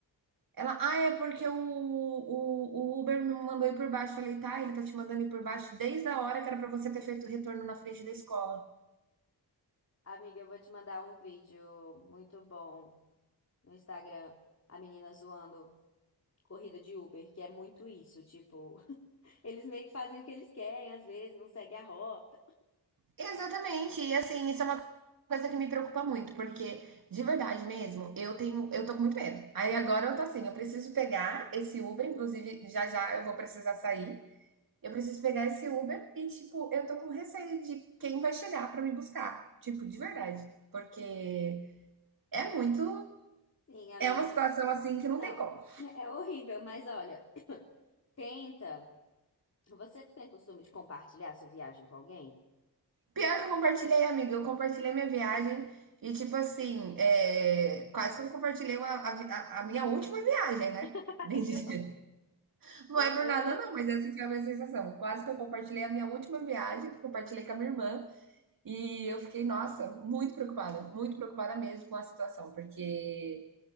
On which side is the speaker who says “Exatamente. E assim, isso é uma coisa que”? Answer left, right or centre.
Right